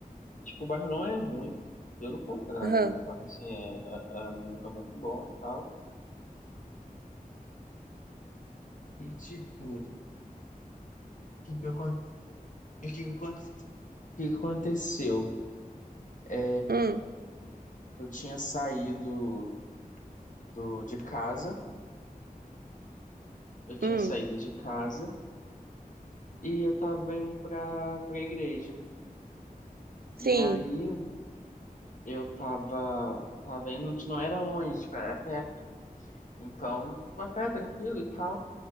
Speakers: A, on the left; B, on the right.
A: Tipo, o bairro não é ruim, pelo contrário,
B: aham,
A: o bairro, assim, é, é, é mu- é muito bom e tal. E, tipo, o que que acon- o que que acon- o que que aconteceu? É,
B: hum,
A: eu tinha saído do, de casa, eu tinha
B: hum,
A: saído de casa e eu tava indo pra, pra igreja.
B: sim.
A: E aí, eu tava, tava indo, não era longe, tipo, era perto. Então, a pé, tranquilo e tal.